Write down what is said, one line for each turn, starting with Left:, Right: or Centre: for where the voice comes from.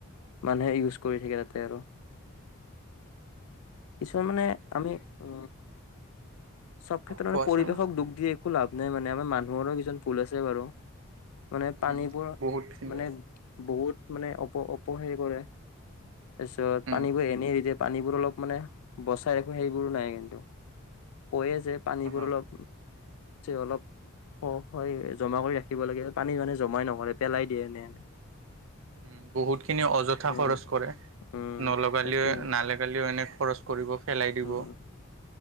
Left: মানুহে ইউজ কৰি থাকে তাতে আৰু
Right: উম
Left: কিছুমান মানে আমি উ চব ক্ষেত্ৰত মানে
Right: কোৱাচোন
Left: পৰিৱেশক দুখ দি একো লাভ নাই মানে মানু কিছু ভুল আছে বাৰু। মানে পানীবোৰ
Right: উম বহুতখিনি
Left: মানে বহুত মানে অপ অপহেৰি কৰে। তাৰ পিছত
Right: উম
Left: পানীবোৰ এনেই এৰি দিয়ে পানীবোৰ অলপ মানে বচাই ৰাখো সেইবোৰো নাই কিন্তু। পৰে যে পানীবোৰ
Right: অ
Left: অলপ অলপ। অ হয় জমা কৰি ৰাখিব লাগে পানী জমাই নকৰে পেলাই দিয়ে এনে এনে
Right: উ বহুত খিনি অযথা
Left: উম
Right: খৰচ কৰে।
Left: উম
Right: নলাগেলেও
Left: তাকে
Right: নলাগেলেও এনে খৰচ কৰিব পেলাই দিব
Left: অ',